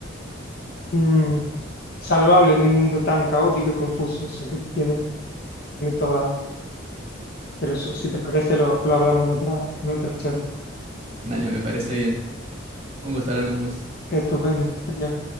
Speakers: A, on the left; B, on the right.
A: mm, salvable en un mundo tan caótico y confuso. O sea que tiene, tiene toda. Pero eso, si te parece, lo, lo hablamos en otra, en otra charla.
B: Dale, me parece bien. Un gusto hablar con vos.
A: Estupendo, genial.